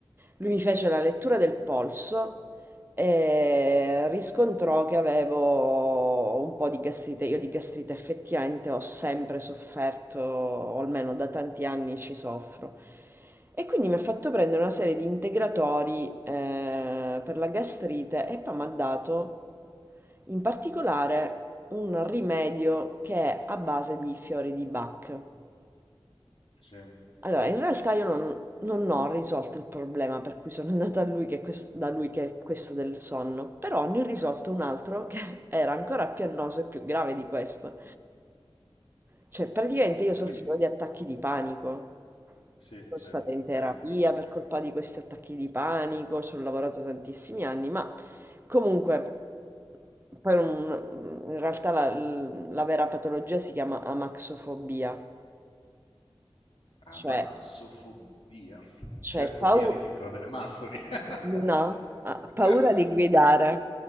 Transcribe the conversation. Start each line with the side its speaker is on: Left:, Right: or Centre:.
Right: Lui mi fece la lettura del polso e riscontrò che avevo un po' di gastrite. Io di gastrite effettivamente ho sempre sofferto, o almeno da tanti anni ci soffro. E quindi mi ha fatto prendere una serie di integratori eh, per la gastrite e poi mi ha dato in particolare un rimedio che è a base di fiori di Bach.
Left: Sì.
Right: Allora, in realtà io non, non ho risolto il problema per cui sono andata a lui che ques- da lui che è questo del sonno, però ne ho risolto un altro che <laughs> era ancora più annoso e più grave di questo. Cioè, praticamente io soffrivo
Left: Quindi,
Right: di attacchi di panico.
Left: sì,
Right: Sono
Left: certo.
Right: stata in terapia
Left: Eh, eh, è
Right: per
Left: quello.
Right: colpa di questi attacchi di panico,
Left: Eh.
Right: ci ho lavorato tantissimi anni, ma comunque, poi non- in realtà la, la vera patologia si chiama amaxofobia,
Left: Amaxofobia.
Right: cioè, cioè
Left: C'è fobia
Right: pau-
Left: di che cosa? Delle Amazzoni. <laughs>
Right: No, ah, paura di guidare,